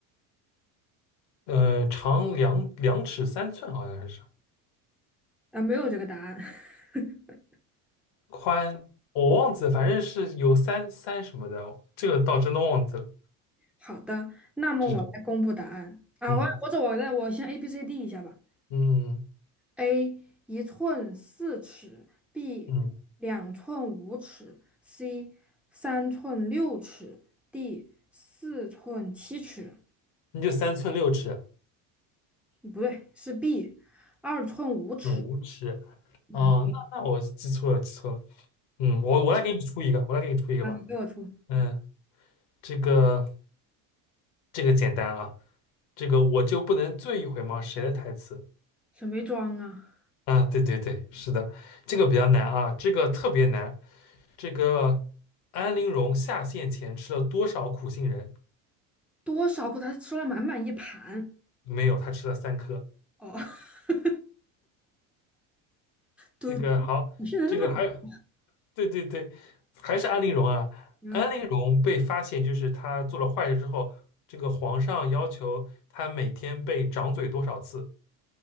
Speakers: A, on the left; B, in the centre.
A: 呃，长两两尺三寸，好像还是
B: 啊，没有这个答案。<laughs>
A: 宽，我忘记了，反正是有三三什么的，这个倒真的忘记了，
B: 好的，那么我来公布答案啊，
A: 这是嗯
B: 我或者我来，我先 A B C D 一下吧。
A: 嗯
B: A 一寸四尺，B
A: 嗯，嗯
B: 两寸五尺，C 三寸六尺，D 四寸七尺。
A: 那就三寸六尺，
B: 不对，是 B 二寸五尺。
A: 嗯，五尺，
B: 嗯。
A: 哦，那那我记错了，记错了，嗯，我我来给你出一个，我来给你出一个吧，
B: 啊，你给我出
A: 嗯，这个。这个简单啊，这个我就不能醉一回吗？谁的台词
B: 什么装啊？
A: 啊？对对对，是的，这个比较难啊，这个特别难。这个安陵容下线前吃了多少苦杏仁？
B: 多少口他吃了满满一盘
A: 没有，她吃了三颗。
B: 哦，<laughs> 都
A: 这个 <laughs> 好，
B: 你现在这么多
A: 这个还有，对对对，还是安陵容啊。
B: 嗯，
A: 安陵容被发现，就是她做了坏事之后，这个皇上要求她每天被掌嘴多少次？